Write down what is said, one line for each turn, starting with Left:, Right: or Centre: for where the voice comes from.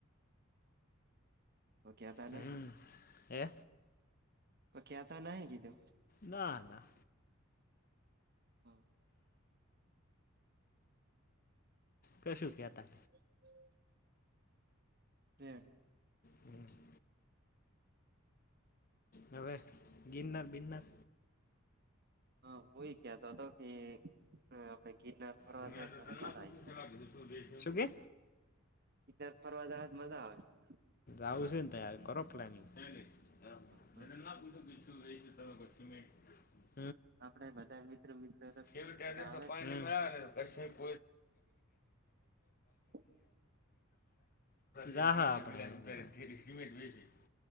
Right: તો કેતા
Left: હમ
Right: નઈ
Left: હે
Right: તો કેતા નઈ કીધુ
Left: ના ના
Right: હ
Left: કશુ કેતા
Right: <unintelligible> રેડી
Left: નહી હવે ગિનર બિનર
Right: હા હું એ કેતો તો કે આપડે કઈક ગિરનાર ફરવા
Left: ગમે
Right: જાતા
Left: તો તને
Right: મજા
Left: ના પૂછ્યું
Right: આય જાય
Left: સલાહ કીધું શું બે છે શું કે
Right: કિટનાર ફરવા જાવાન મજા આવે છે
Left: આવુ સેન તાર તો કરો પ્લાનિંગ નહીં મેં
Right: હા હા
Left: તમને ના <inaudible>
Right: આપડે બધા મિત્ર મિત્ર
Left: શી દ <inaudible>
Right: બધા આવે
Left: <inaudible> પાણી
Right: ને
Left: ન ક
Right: <inaudible>
Left: હમ ઝાહુ આપડે સિમેન્ટ વેયશી